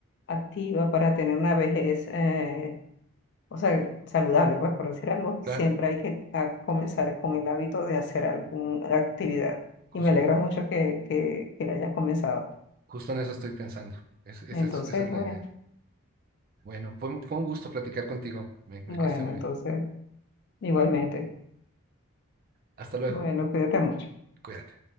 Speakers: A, on the left; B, on the right.
A: activa para tener una vejez, eh, o sea, saludable, pues por decir algo,
B: Claro,
A: siempre hay que a- comenzar con el hábito de hacer alguna actividad.
B: justo
A: Y me alegra
B: en,
A: mucho que, que, que la hayas comenzado.
B: justo en eso estoy pensando. Es- esa
A: Entonces,
B: es, esa es la
A: bueno,
B: idea. Bueno, fue, un- fue un gusto platicar contigo. Me,
A: bueno,
B: me quedé muy
A: entonces,
B: bien.
A: igualmente.
B: Hasta luego.
A: Bueno, cuídate mucho.
B: Cuídate.